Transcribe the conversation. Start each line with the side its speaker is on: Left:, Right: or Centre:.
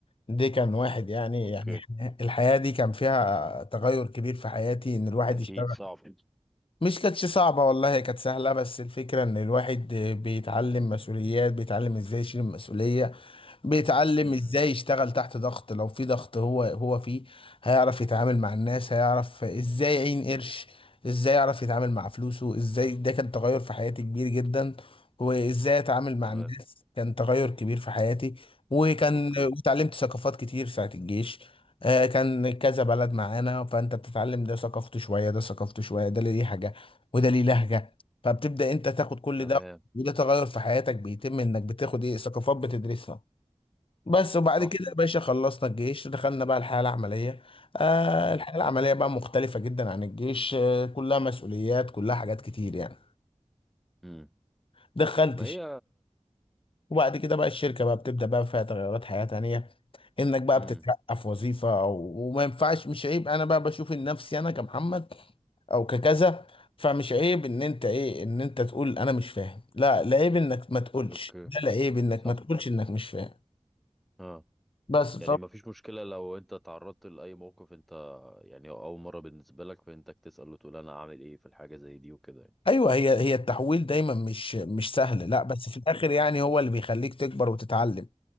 Left: دي كان واحد يعني
Centre: اوكي
Left: يعني الحياه دي كان فيها تغير كبير في حياتي ان الواحد
Centre: اكيد
Left: يشتغل
Centre: صعب
Left: مش كانتش صعبة والله هي كانت سهلة بس الفكرة إن الواحد بيتعلم مسؤوليات بيتعلم إزاي يشيل المسؤولية بيتعلم
Centre: امم
Left: ازاي يشتغل تحت ضغط لو في ضغط هو هو فيه هيعرف يتعامل مع الناس هيعرف ازاي يعين قرش ازاي يعرف يتعامل مع فلوسه ازاي ده كان تغير في حياتي كبير جدا وازاي اتعامل مع
Centre: تمام
Left: الناس كان تغير كبير في حياتي وكان
Centre: اوكي
Left: وتعلمت ثقافات كتير ساعة الجيش آه، كان كذا بلد معانا فانت بتتعلم ده ثقافته شوية ده ثقافته شوية ده ليه حاجة وده ليه لهجة فبتبدأ انت تاخد كل
Centre: تمام
Left: ده وده تغير في حياتك بيتم انك بتاخد ايه ثقافات بتدرسها بس وبعد
Centre: صح
Left: كده يا باشا خلصنا الجيش دخلنا بقى الحياة العملية آه
Centre: امم
Left: الحياة العملية بقى مختلفة جدا عن الجيش آه كلها مسؤوليات كلها حاجات كتير يعني
Centre: امم
Left: دخلتش
Centre: ما هي
Left: وبعد كده بقى الشركة بقى بتبدأ بقى فيها تغيرات حياة تانية انك بقى
Centre: امم
Left: بتترقى في وظيفة أو وما ينفعش مش عيب انا بقى بشوف إن نفسي انا كمحمد او ككذا فمش عيب ان انت ايه ان انت تقول انا مش فاهم لا لا عيب انك ما تقولش
Centre: اوكي
Left: ده لا عيب انك
Centre: صح
Left: ما تقولش انك مش فاهم
Centre: اه
Left: بس
Centre: يعني ما فيش مشكلة لو انت تعرضت لأي موقف انت يعني اول مرة بالنسبة لك فانتك تسأل وتقول انا اعمل ايه في الحاجة زي دي وكده يعني.
Left: ايوه هي هي التحويل دايما مش مش سهل لا بس في الاخر يعني هو اللي بيخليك تكبر وتتعلم